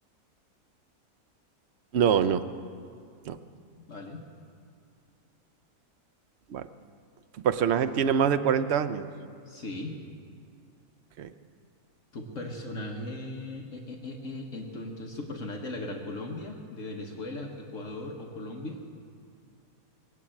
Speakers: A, on the right (about 55°); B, on the left (about 60°).
A: No, no, no.
B: ¿Vale?
A: Vale. ¿Tu personaje tiene más de 40 años?
B: Sí.
A: Ok.
B: ¿Tu personaje, eh, eh, eh, eh, ento- entonces tu personaje es de la Gran Colombia, de Venezuela, Ecuador o Colombia?